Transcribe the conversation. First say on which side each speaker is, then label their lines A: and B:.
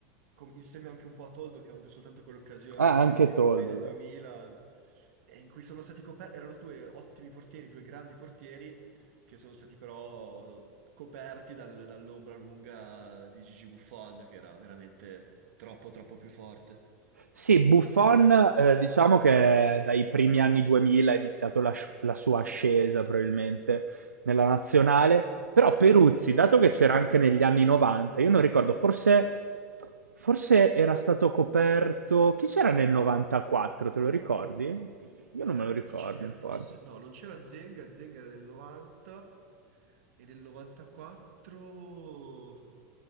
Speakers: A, on the right; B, on the right.
A: com- insieme anche un po' a Toldo, che ha avuto soltanto quell'occasione
B: Ah,
A: ne-
B: anche
A: negli
B: Toldo,
A: europei del
B: vero.
A: 2000, e in cui sono stati coperti, erano due ottimi portieri, due grandi portieri, che sono stati però coperti dal- dall'ombra lunga di Gigi Buffon, che era veramente troppo, troppo più forte.
B: Sì, Buffon, eh, diciamo che dai primi anni 2000 ha iniziato la, sci- la sua ascesa probabilmente nella nazionale, però Peruzzi, dato che c'era anche negli anni 90, io non ricordo, forse, forse era stato coperto... Chi c'era nel 94, te lo ricordi? Io
A: Eh,
B: non me lo ricordo,
A: chi ci c'era?
B: non importa.
A: Forse no, non c'era Zenga, Zenga era nel 90 e nel 94